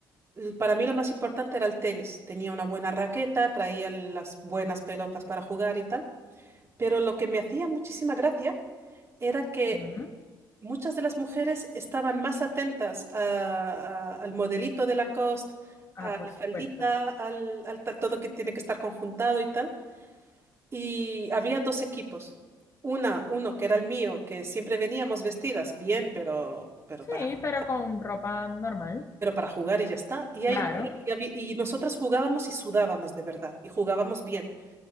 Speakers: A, on the right; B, on the left.
A: l- para mí lo más importante era el tenis. Tenía una buena raqueta, traía las buenas pelotas para jugar y tal. Pero lo que me hacía muchísima gracia era que
B: ujú.
A: muchas de las mujeres estaban más atentas a- a- al modelito de Lacoste,
B: Ah,
A: a
B: por
A: la
B: supuesto.
A: faldita, al, al tal- todo que tiene que estar conjuntado y tal. Y había dos equipos. Una, uno que era el mío, que siempre veníamos vestidas bien, pero, pero
B: Sí,
A: para, ju-
B: pero con ropa normal.
A: pero para jugar y ya está. Y, hay,
B: Claro.
A: y, habí- y nosotras jugábamos y sudábamos de verdad, y jugábamos bien.